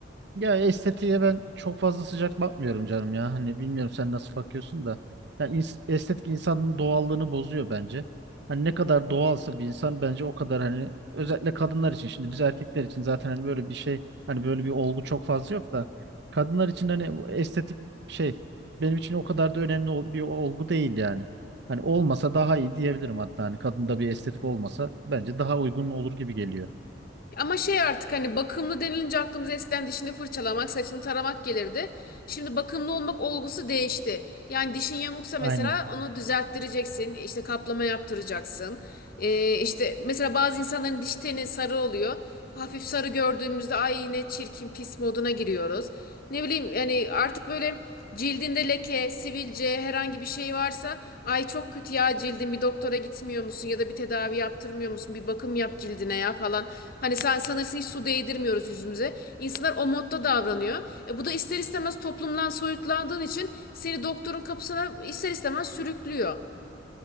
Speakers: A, on the right; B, on the left.
A: Ya estetiğe ben çok fazla sıcak bakmıyorum canım ya. Hani bilmiyorum sen nasıl bakıyorsun da. Yani ins- estetik insanın doğallığını bozuyor bence. Hani ne kadar doğalsa bir insan bence o kadar hani özellikle kadınlar için. Şimdi biz erkekler için zaten hani böyle bir şey hani böyle bir olgu çok fazla yok da kadınlar için hani bu estetik şey benim için o kadar da önemli ol- bir olgu değil yani. Hani olmasa daha iyi diyebilirim hatta hani kadında bir estetik olmasa bence daha uygun olur gibi geliyor.
B: Ama şey artık hani bakımlı denilince aklımıza eskiden dişini fırçalamak, saçını taramak gelirdi. Şimdi bakımlı olmak olgusu değişti. Yani dişin yamuksa mesela
A: Aynen.
B: onu düzelttireceksin, işte kaplama yaptıracaksın. Ee, işte mesela bazı insanların diş teni sarı oluyor. Hafif sarı gördüğümüzde ay ne çirkin pis moduna giriyoruz. Ne bileyim yani artık böyle cildinde leke, sivilce herhangi bir şey varsa ay çok kötü ya cildin bir doktora gitmiyor musun ya da bir tedavi yaptırmıyor musun bir bakım yap cildine ya falan. Hani sen sanırsın hiç su değdirmiyoruz yüzümüze. İnsanlar o modda davranıyor. E, bu da ister istemez toplumdan soyutlandığın için seni doktorun kapısına ister istemez sürüklüyor.